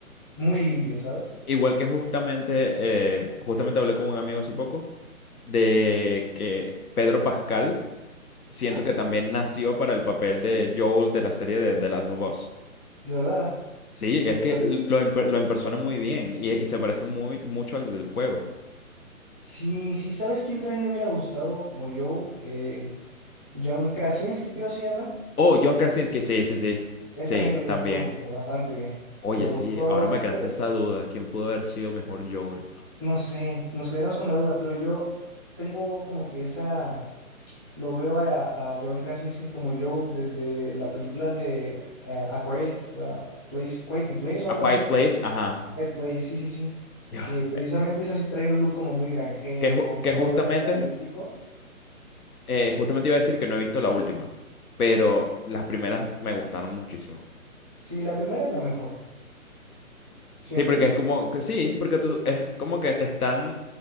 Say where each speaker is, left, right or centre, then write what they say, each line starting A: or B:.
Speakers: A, on the left (about 15°); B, on the left (about 80°).
A: muy limpio, ¿sabes?
B: Igual que justamente, eh, justamente hablé con un amigo hace poco de que Pedro Pascal siento
A: Así,
B: que también nació para el papel de Joel de la serie de The Last of Us.
A: de verdad,
B: Sí,
A: sí
B: es
A: le queda
B: que lo,
A: bien.
B: empe- lo empersona muy bien y, y se parece muy, mucho al del juego.
A: Sí, sí, ¿sabes quién también me hubiera gustado? Como Joel, eh, John Krasinski creo se llama.
B: Oh, John Krasinski, sí, sí, sí.
A: Él
B: Sí,
A: también hubiera
B: también.
A: estado bastante bien.
B: Oye,
A: Me gustó,
B: sí, ahora me creaste
A: ¿sabes?
B: esa duda. ¿Quién pudo haber sido mejor Joel?
A: No sé, nos quedaremos con la duda, pero yo tengo como que esa, lo veo a, a John Krasinski como Joel desde la película de eh, A Quiet uh, Place, Quiet in Place o
B: A
A: algo
B: Quiet
A: así.
B: Place, ajá.
A: Quiet Place, sí, sí, sí.
B: Ya.
A: Que precisamente es así, trae un look como muy granjero,
B: Que, ju-
A: como un poco
B: que justamente,
A: hasta apocalíptico.
B: eh, justamente iba a decir que no he visto la última, pero las primeras me gustaron muchísimo.
A: Sí, la primera es la mejor, siento
B: Sí, porque
A: yo.
B: es como que sí, porque tú es como que te están